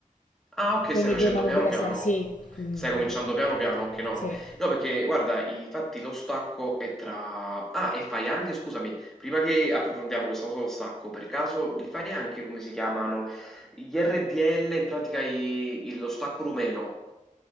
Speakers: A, in the centre; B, on the left (about 65°).
A: Ah, ok,
B: quindi
A: stai facendo
B: due manubri
A: piano
B: da
A: piano.
B: 6. Sì. mm,
A: Stai cominciando piano piano, ok, no.
B: sì.
A: No, perché guarda, infatti lo stacco è tra... Ah, e fai anche, scusami, prima che approfondiamo questa cosa dello stacco, per caso li fai anche come si chiamano? Gli RDL, in pratica i- il- lo stacco rumeno.